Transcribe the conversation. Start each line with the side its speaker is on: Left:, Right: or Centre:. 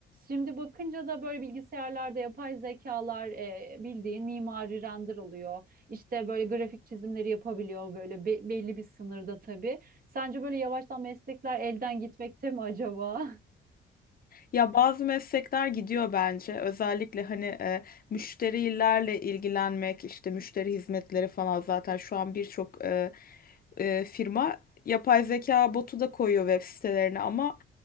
Right: Şimdi bakınca da böyle bilgisayarlarda yapay zekalar e, bildiğin mimari render oluyor. İşte böyle grafik çizimleri yapabiliyor böyle be- belli bir sınırda tabii. Sence böyle yavaştan meslekler elden gitmekte mi acaba? <laughs>
Left: Ya bazı meslekler gidiyor bence. Özellikle hani e, müşterilerle ilgilenmek, işte müşteri hizmetleri falan zaten şu an birçok e, e, firma yapay zeka botu da koyuyor web sitelerine ama